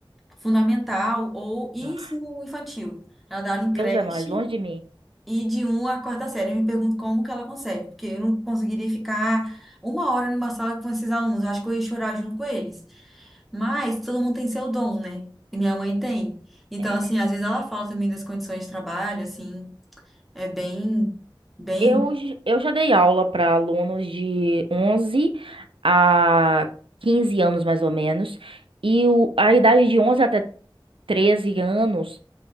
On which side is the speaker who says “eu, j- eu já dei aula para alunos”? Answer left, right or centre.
Right